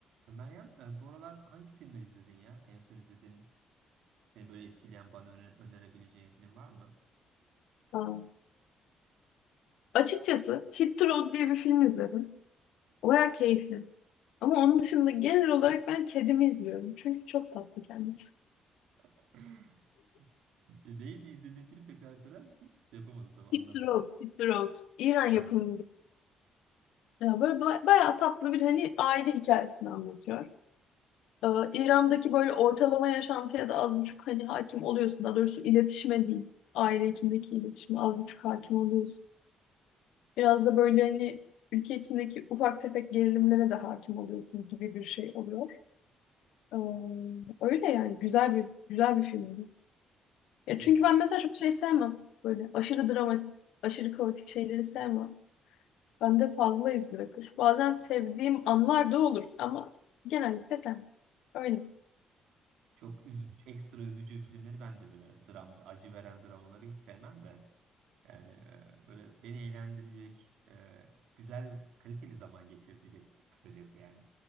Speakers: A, on the right; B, on the left.
A: Meryem, e, bu aralar hangi filmleri izledin ya? En son izledin seni böyle etkileyen, bana öne- önerebileceğin film var mı?
B: Aa. Açıkçası Hit the Road diye bir film izledim. Baya keyifli. Ama onun dışında genel olarak ben kedimi izliyorum. Çünkü çok tatlı kendisi.
A: <laughs> E, Neydi izlediğin film tekrar söyler misin? Şey yapamadım tam anlamadım.
B: Hit the Road, Hit the Road. İran yapımı
A: Ha,
B: bir. Ya böyle ba- bayağı tatlı bir hani aile hikayesini anlatıyor. Ee, İran'daki böyle ortalama yaşantıya da az buçuk hani hakim oluyorsun. Daha doğrusu iletişime değil. Aile içindeki iletişime az buçuk hakim oluyorsun. Biraz da böyle hani ülke içindeki ufak tefek gerilimlere de hakim oluyorsun gibi bir şey oluyor. Ee, öyle yani güzel bir güzel bir filmdi. Ya
A: bir-
B: çünkü ben mesela çok şey sevmem. Böyle aşırı dramatik, aşırı kaotik şeyleri sevmem. Bende fazla iz bırakır. Bazen sevdiğim anlar da olur ama genellikle sevmem. Öyle.
A: çok üzü- ekstra üzücü filmleri ben de böyle dramda, acı veren dramaları hiç sevmem de. Yani e, böyle beni eğlendirecek, e, güzel, kaliteli zaman geçirecek kısacası yani.